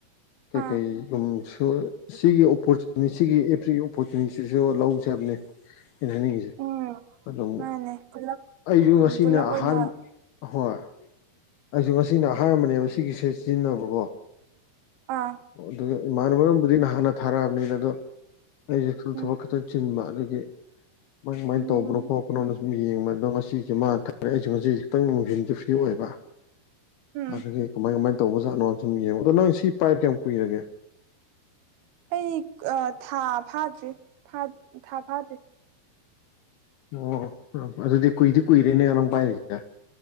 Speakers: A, on the left; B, on the right.
A: ꯀꯩ
B: ꯑꯥ
A: ꯀꯩ ꯎꯝ ꯁꯣ ꯁꯤꯒꯤ ꯑꯣꯄꯣꯔꯆꯨꯅꯤ ꯁꯤꯒꯤ ꯑꯦꯚ꯭ꯔꯤ ꯑꯣꯄꯣꯔꯆꯨꯅꯤꯇꯤꯁꯨ ꯂꯧꯖꯦ ꯍꯥꯏꯕꯅꯦ ꯑꯩꯅ ꯍꯥꯏꯅꯤꯡꯉꯤ꯫
B: ꯎꯝ
A: ꯑꯗꯨꯝ
B: ꯃꯥꯅꯦ ꯄꯨꯂꯞ
A: ꯑꯩꯁꯨ
B: ꯎꯝ
A: ꯉꯁꯤꯅ
B: ꯄꯨꯂꯞ
A: ꯑꯍꯥꯟꯕ꯫
B: ꯑꯣꯏꯅ
A: ꯍꯣꯏ ꯑꯩꯁꯨ ꯉꯁꯤꯅ ꯑꯍꯥꯟꯕꯅꯦꯕ ꯁꯤꯒꯤꯁꯦ ꯁꯤꯖꯤꯟꯅꯕꯀꯣ
B: ꯑꯥ
A: ꯑꯗꯨꯒ ꯏꯃꯥꯟꯅꯕꯨꯝꯕꯨꯗꯤ ꯅꯍꯥꯟꯅ ꯊꯥꯔꯛꯑꯕꯅꯤꯅ ꯑꯗꯣ ꯑꯩꯁꯨꯁꯨ
B: ꯎꯝ
A: ꯊꯕꯛ ꯈꯪ ꯆꯤꯟꯕ ꯑꯗꯨꯒꯤ ꯀꯃꯥꯏ ꯀꯃꯥꯏꯅ
B: ꯎꯝ
A: ꯇꯧꯕꯅꯣ ꯈꯣꯠꯄꯅꯣꯅ ꯁꯨꯝ ꯌꯦꯡꯕ ꯑꯗ ꯉꯁꯤ ꯃ ꯑꯩꯁꯨ ꯉꯁꯤ ꯈꯤꯇꯪ ꯅꯨꯡꯊꯝꯟꯁꯧ ꯐꯤ ꯑꯣꯏꯕ
B: ꯎꯝ
A: ꯑꯗꯨꯗꯒꯤ ꯀꯃꯥꯏ ꯀꯃꯥꯏꯅ ꯇꯧꯕꯖꯥꯠꯅꯣ ꯁꯨꯝ ꯌꯦꯡꯉꯣ ꯑꯗꯣ ꯅꯪ ꯁꯤ ꯄꯥꯏ ꯀꯌꯥꯝ ꯀꯨꯏꯔꯒꯦ
B: ꯑꯩ ꯊꯥ ꯐꯥꯗ꯭ꯔꯤ ꯊꯥ ꯐꯥꯗ꯭ꯔꯤ
A: ꯑꯣ ꯑꯗꯨꯗꯤ ꯀꯨꯏꯗꯤ ꯀꯨꯏꯔꯦꯅꯦ ꯅꯪ ꯄꯥꯏꯔꯤꯁꯤꯗ